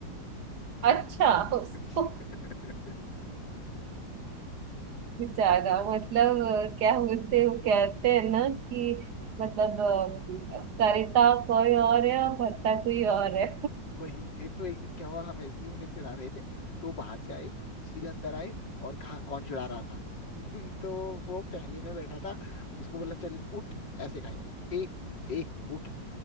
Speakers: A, on the right; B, on the left.
A: अच्छा
B: <laughs>
A: उसको बेचारा मतलब अ, क्या बोलते वो कहते हैं ना कि मतलब अ, करेता कोई और है और भरता कोई और है
B: वही ये तो एक दिन क्या हुआ हम ऐसे ही उन्हें चिढ़ा रहे थे तो वो बाहर से आए सीधे अंदर आए और कहा कौन चिढ़ा रहा था <laughs> तो वो पहले में बैठा था उसको बोला चल उठ ऐसे कहा ए ए उठ